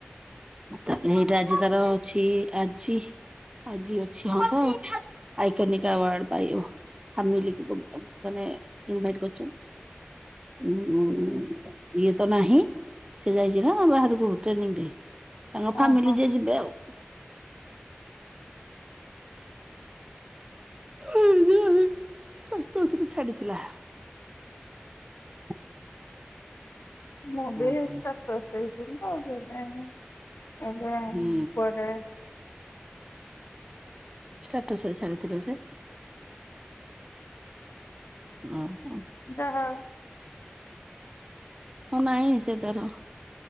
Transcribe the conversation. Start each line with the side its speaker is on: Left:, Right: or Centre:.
Right: ତାପରେ ଏଇଟା ଆଜି ତାର ଅଛି ଆଜି ଆଜି ଅଛି ହଁ ତ ଆଇକନିକ୍ ଆୱାର୍ଡ୍ ପାଇବ ଫ୍ୟାମିଲିକି ପୋ ମାନେ ଇନଭାଇଟ କରଚୁଁ। ଉଁ ଇଏ ତ ନାହିଁ ସେ ଯାଇଚି ନା ବାହାରକୁ ଟ୍ରେନିଂରେ ତାଙ୍କ ଫାମିଲି
Left: ଓହୋ
Right: ଯିଏ ଯିବେ ଆଉ। ଉଁ ହୁଁ ହୁଁ <unintelligible> ସହିତ ଛାଡିଥିଲା। <unintelligible>
Left: ମୁଁ ବି
Right: ଆଉ
Left: ଏ
Right: କଣ
Left: ଷ୍ଟାଟସ୍ ଦେଇଥିଲି ତ ସେଇଥିପାଇଁ ମୁଁ ଏବେ
Right: ହୁଁ
Left: ପରେ
Right: ଷ୍ଟାଟସରେ ଛାଡିଥିଲା ସେ। ଓହୋ।
Left: ଯାହା
Right: ହଁ ନାଇଁ ସେ ତାର